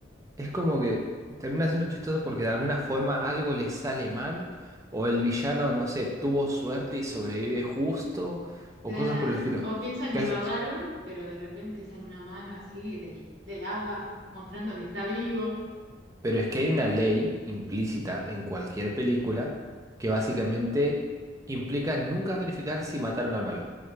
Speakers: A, on the right (about 15°); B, on the right (about 70°).
A: Es como que termina siendo chistoso porque de alguna forma algo le sale mal, o el villano, no sé, tuvo suerte y sobrevive justo, o
B: Claro,
A: cosas por el estilo.
B: o piensan
A: ¿Qué
B: que
A: haces?
B: lo ahogaron, pero de repente sale una mano así del, del agua mostrando que está vivo.
A: Pero es que hay una ley implícita en cualquier película que básicamente implica nunca verificar si mataron al malo.